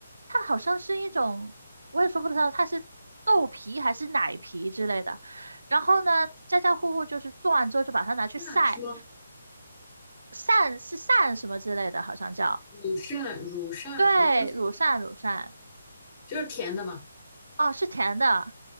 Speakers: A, on the right; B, on the left.
A: 它好像是一种，我也说不知道它是豆皮还是奶皮之类的。然后呢，家家户户就是做完之后就把它拿去晒，
B: 扇是吗？
A: 晒是晒什么之类的，好像叫，
B: 乳扇，乳扇，
A: 对，
B: 我估计
A: 乳扇乳扇，
B: 就是甜的嘛。
A: 哦，是甜的，